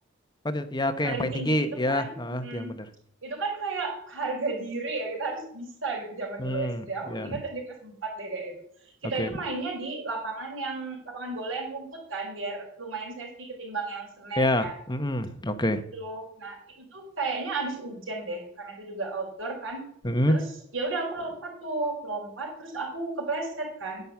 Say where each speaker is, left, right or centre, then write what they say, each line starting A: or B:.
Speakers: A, on the left; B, on the right.
A: oh, di- ya oke
B: paling
A: yang paling
B: tinggi
A: tinggi
B: itu
A: ya
B: kan,
A: heeh,
B: mm,
A: itu yang bener
B: itu kan kayak harga diri ya kita harus bisa gitu zaman
A: hmm
B: dulu SD. Aku
A: ya
B: ingat SD kelas 4 deh kayak itu. Kita
A: oke
B: itu mainnya di lapangan yang lapangan bola yang rumput kan biar lumayan safety ketimbang yang semen
A: ya
B: kan
A: mm-mm, oke
B: itu. Nah, itu tuh kayaknya abis hujan deh, karena itu juga outdoor kan.
A: Mm-mm.
B: Terus ya udah aku lompat tuh, lompat terus aku kepleset kan.